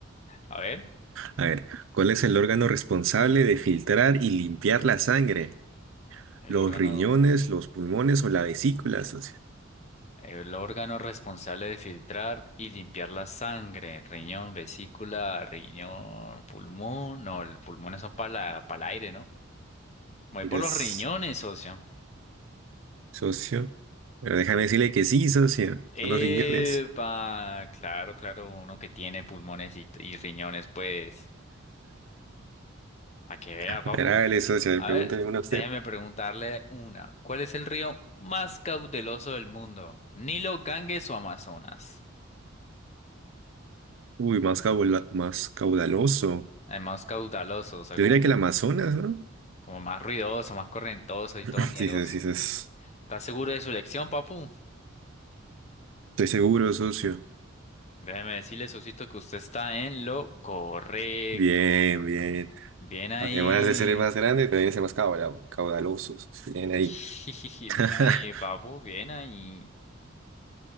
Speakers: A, on the left (about 35°); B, on the right (about 70°).
A: A ver,
B: A ver, ¿cuál es el órgano responsable de filtrar y limpiar la sangre?
A: el
B: ¿Los
A: órgano,
B: riñones, los pulmones o la vesícula, socio?
A: el órgano responsable de filtrar y limpiar la sangre, riñón, vesícula, riñón, pulmón. No, los pulmones son para el aire, ¿no? Voy
B: Y
A: por
B: es
A: los riñones, socio.
B: socio. Pero déjame decirle que sí, socio.
A: Epa,
B: Son los riñones. <laughs>
A: claro, claro, uno que tiene pulmones y, y riñones, pues, a que vea,
B: A
A: papu.
B: ver, hágale, socio, a ver,
A: A
B: pregúnteme
A: ver,
B: una
A: déjeme
B: a usted.
A: preguntarle una. ¿Cuál es el río más caudaloso del mundo? ¿Nilo, Ganges o Amazonas?
B: Uy, más caula- más caudaloso.
A: El más caudaloso, o sea,
B: Yo
A: como,
B: diría que el Amazonas, ¿no?
A: como más ruidoso, más correntoso y
B: <laughs>
A: todo miedoso.
B: Dices, dices,
A: ¿Estás seguro de su elección, papu?
B: estoy seguro, socio.
A: Déjeme decirle, Susito, que usted está en lo correcto.
B: Bien, bien.
A: Bien ahí.
B: Además de ser el más grande, también es el más caudaloso. caudaloso. socio. Bien ahí.
A: <laughs>
B: <laughs>
A: Bien ahí, papu, bien ahí.